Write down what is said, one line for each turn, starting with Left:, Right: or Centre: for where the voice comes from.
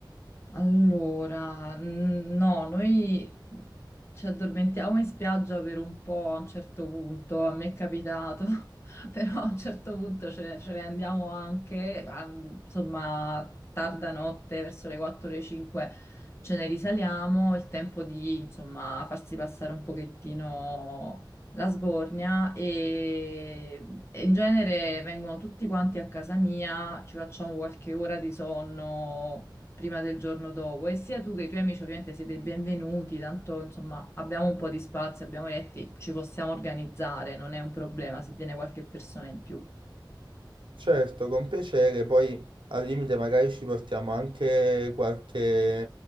Left: Allora, n- no, noi ci addormentiamo in spiaggia per un po' a un certo punto, a me è capitato, <laughs> però a un certo punto ce ne, ce ne andiamo anche, a- insomma, tarda notte, verso le 4 le 5 ce ne risaliamo, il tempo di, insomma, farsi passare un pochettino la sbornia e, e in genere vengono tutti quanti a casa mia, ci facciamo qualche ora di sonno prima del giorno dopo e sia tu che i tuoi amici ovviamente siete i benvenuti, tanto insomma abbiamo un po' di spazio, abbiamo letti, ci possiamo organizzare, non è un problema se viene qualche persona in più.
Right: Certo, con piacere, poi al limite magari ci portiamo anche qualche